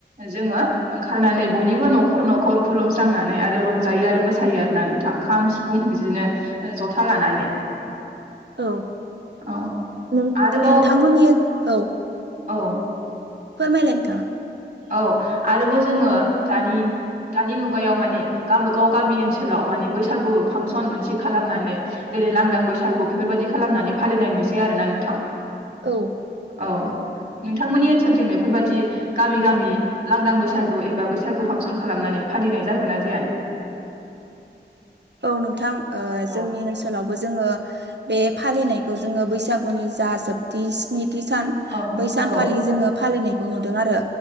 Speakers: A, on the right (about 60°); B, on the right (about 75°).
A: जोङो ओंखारनानै बयनिबो न'खर न'खर खुलुमस्रांनानै आरो रंजायो आरो मोसायो आरोना नोंथां ओ खाम सिफुं बिदिनो जथा लानानै
B: औ
A: औ
B: नों
A: आरोबाव
B: नोंथांमोननि औ
A: औ
B: फोरमायलाय नोंथाङा
A: औ आरोबाव जोङो दानि दानि मुगायाव माने गावबागाव गामि ओनसोलाव माने बैसागु फांसन मोनसे खालामनानै जेरै लांदां बैसागु बेफोरबायदि खालामनानै फालिनाय नुसै आरो आरोना नोंथां
B: औ
A: औ नोंथांमोननि ओनसोलथिं बेफोरबादि गामि गामि लांदां बैसागु एबा बैसागु फांसन खालामनानै फालिनाय जागोना जाया <inaudible>
B: औ नोंथां
A: औ
B: जोंनि ओनसोलावबो जोङो बे फालिनायखौ जोङो बैसागुनि जा जोबथि स्नि थि सान
A: औ
B: बै सानखालि
A: औ
B: जोङो फालिनायखौ नुदों आरो